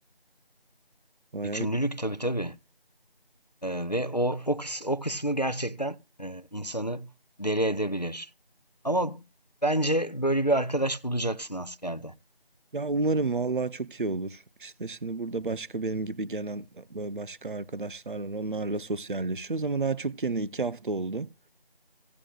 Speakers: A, on the right; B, on the left.
A: bayağı
B: Yükümlülük tabii tabii. Eee, ve o o kıs o kısmı gerçekten, eee, insanı deli edebilir. Ama bence böyle bir arkadaş bulacaksın askerde.
A: Ya umarım vallahi çok iyi olur. İşte şimdi burada başka benim gibi gelen böyle başka arkadaşlar var. Onlarla sosyalleşiyoruz ama daha çok yeni iki hafta oldu.